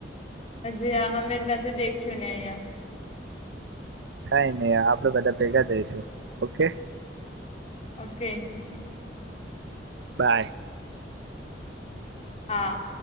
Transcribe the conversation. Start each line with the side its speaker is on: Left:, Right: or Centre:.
Left: હજી અ અમે જ નથી દેખ્યું ને અહીયા.
Right: કઈ નઈ આપડે બધા ભેગા જઈશું. ઓકે.
Left: ઓકે.
Right: બાય.
Left: હા.